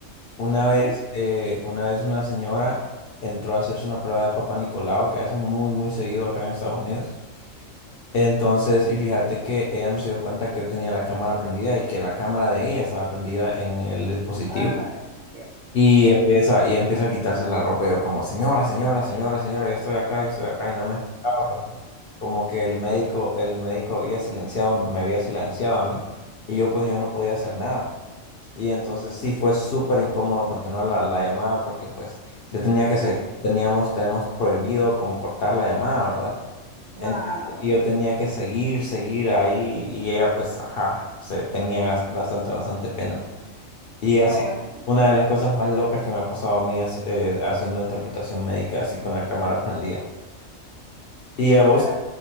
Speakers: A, on the left; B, on the right.
A: Una
B: ¿ok?
A: vez, eh, una vez una señora entró a hacerse una prueba de Papá Nicolau que hacen muy, muy seguido acá en Estados Unidos. Entonces, y fíjate que ella no se dio cuenta que yo tenía la cámara prendida y que la cámara de ella estaba prendida en el dispositivo.
B: Ay, Dios
A: Y empieza, y empieza a quitarse la ropa. y yo como, señora, señora, señora, señora, yo estoy acá, yo estoy acá. Y no me escuchaba porque como que el médico, el médico había silenciado, me había silenciado a mí. Y yo pues yo no podía hacer nada. Y entonces sí fue súper incómodo continuar la, la llamada porque pues yo tenía que
B: Claro.
A: seguir, teníamos, tenemos prohibido como cortar la llamada, ¿verdad?
B: Wow.
A: Ent- y yo tenía que seguir, seguir ahí y ella pues, ajá, se tenía gas- bastante, bastante pena. Y
B: No,
A: así,
B: bueno.
A: una de las cosas más locas que me ha pasado a mí haci- eh, haciendo interpretación médica así con la cámara prendida. ¿Y a
B: Bueno,
A: vos?